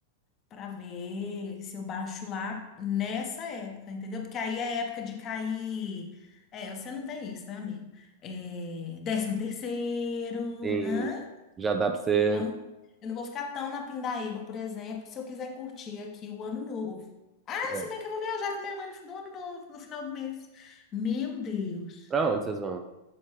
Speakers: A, on the left (about 35°); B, on the right (about 25°).
A: para ver se eu baixo lá nessa época, entendeu? Porque aí é época de cair. É, você não tem isso, né, amigo? É, décimo terceiro,
B: Sim.
A: hã?
B: Já dá pra você.
A: Então, eu não vou ficar tão na Pindaíba, por exemplo, se eu quiser curtir aqui o ano novo. Ah,
B: é,
A: se bem que eu vou viajar com minha mãe no fi- do ano novo, no final do mês. Meu Deus.
B: Pra onde vocês vão?